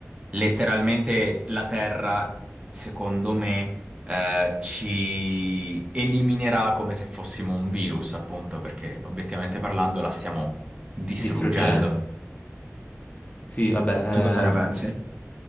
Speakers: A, on the right (about 25°); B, on the left (about 30°).
A: letteralmente la Terra, secondo me eh, ci eliminerà come se fossimo un virus, appunto, perché obiettivamente parlando la stiamo distruggendo.
B: Distruggenti? Sì, vabbè,
A: Tu cosa ne pensi?
B: eh,